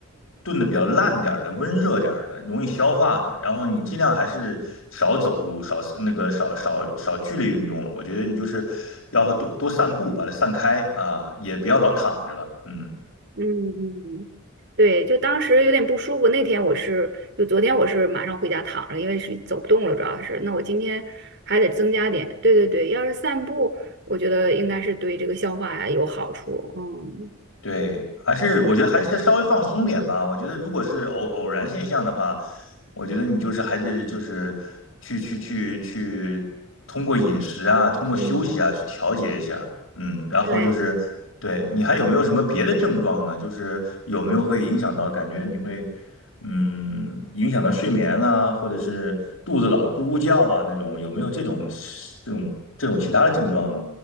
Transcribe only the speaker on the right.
嗯嗯，对，就当时有点不舒服。那天我是，就昨天我是马上回家躺着，因为是走不动了，主要是。那我今天还得增加点。对对对，要是散步，我觉得应该是对这个消化呀有好处。嗯
嗯，
对，